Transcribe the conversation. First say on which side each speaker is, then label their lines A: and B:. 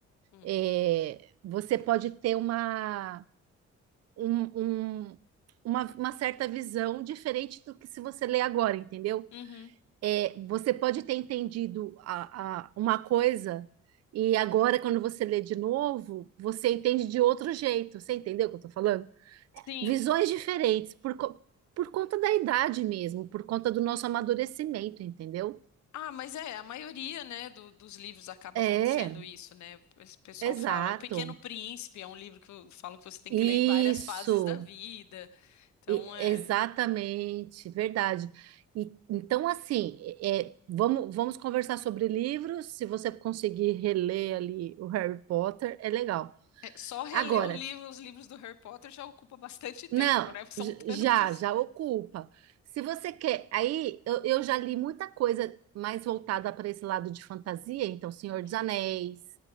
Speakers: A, on the left; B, on the right.
A: Hum.
B: é, você pode ter uma, um- um- uma, uma certa visão diferente do que se você lê agora, entendeu?
A: Uhum.
B: É, você pode ter entendido a- a- uma coisa e agora, quando você lê de novo, você entende de outro jeito. Você entendeu o que eu tô falando?
A: Sim.
B: visões diferentes, por, co- por conta da idade mesmo, por conta do nosso amadurecimento, entendeu?
A: Ah, mas é, a maioria, né, do- dos livros acaba
B: É,
A: acontecendo isso, né? O pessoal
B: exato.
A: fala, O Pequeno Príncipe é um livro que eu- falam que você tem
B: Isso,
A: que ler em várias fases da vida. Então,
B: e-
A: é,
B: exatamente, verdade. E, então, assim, é, vamos, vamos conversar sobre livros. Se você conseguir reler ali o Harry Potter, é legal.
A: é, só reler
B: Agora,
A: o livro, os livros do Harry Potter já ocupa bastante tempo,
B: Não,
A: né? Porque São
B: j-
A: tantos.
B: já, já ocupa. Se você quer, aí eu, eu já li muita coisa mais voltada para esse lado de fantasia, então Senhor
A: Uhum.
B: dos Anéis,